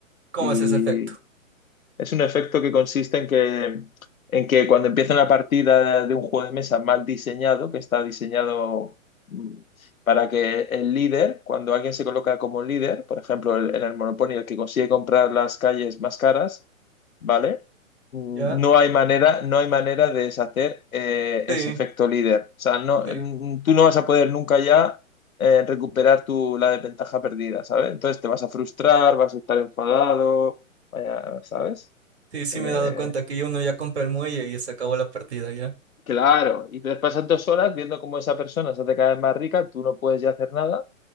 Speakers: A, on the right; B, on the left.
A: ¿Cómo
B: y
A: es ese efecto?
B: Es un efecto que consiste en que, en que cuando empieza una partida de un juego de mesa mal diseñado, que está diseñado mm, para que el líder, cuando alguien se coloca como líder, por ejemplo, el- en el Monopoly, el que consigue comprar las calles más caras, ¿vale? Mm,
A: ¿Ya?
B: No hay manera, no hay manera de deshacer eh,
A: Sí,
B: ese efecto líder. O sea, no,
A: sí,
B: mm, tú no vas a poder nunca ya eh, recuperar tu, la desventaja perdida, ¿sabes? Entonces te vas a frustrar, vas a estar enfadado Vaya, ¿sabes?
A: sí, sí
B: Eh,
A: me he dado cuenta que uno ya compra el muelle y se acabó la partida ya.
B: claro, y entonces pasas dos horas viendo cómo esa persona se hace cada vez más rica, tú no puedes ya hacer nada